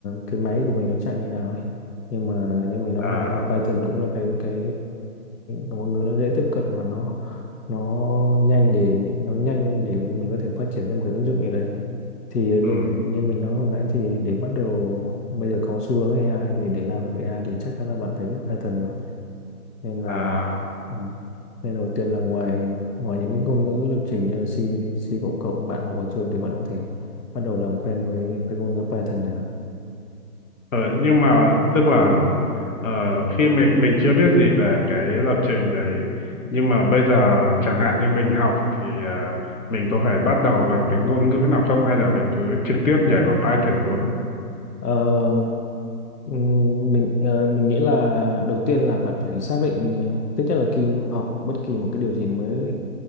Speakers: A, on the left; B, on the left.
A: cái máy của mình nó chạy như nào ấy nhưng mà như mình nói
B: à
A: hồi nãy là Python cũng là cái cái ngôn ngữ nó dễ tiếp cận và nó nó nhanh để nó nhanh để mình có thể phát triển ra một cái ứng dụng gì đấy thì ờ, như
B: ừ
A: như mình nói hồi nãy thì để bắt đầu bây giờ có xu hướng AI thì để làm được AI thì chắc chắn là bạn phải biết Python rồi nên là
B: à
A: ừ, nên đầu tiên là ngoài ngoài những cái ngôn ngữ lập trình như là C C cộng cộng bạn học ở trường thì bạn có thể bắt đầu làm quen với với ngôn ngữ Python chẳng hạn
B: ờ, nhưng mà tức là ờ, khi mình mình chưa biết gì về cái lập trình đấy nhưng mà bây giờ chẳng hạn như mình học thì à, mình có phải bắt đầu bằng cái ngôn ngữ nào không hay là mình cứ trực tiếp nhảy vào Python luôn
A: Ờ, Ừm, mình ờ, mình nghĩ là đầu tiên là bạn phải xác định ờ, thứ nhất là khi học bất kỳ một cái điều gì mới